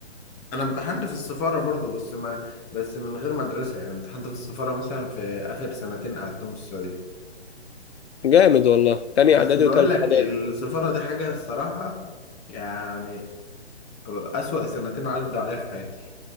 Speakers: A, on the left; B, on the left.
A: انا امتحنت في السفاره برضو بس ما بس من غير مدرسه يعني امتحنت في السفاره مثلا في اخر سنتين قعدتهم في السعوديه
B: جامد والله تاني
A: بس
B: اعدادي
A: بقول
B: وتالتة
A: لك
B: اعدادي
A: السفاره دي حاجه الصراحه يعني اسوأ سنتين عدوا عليا في حياتي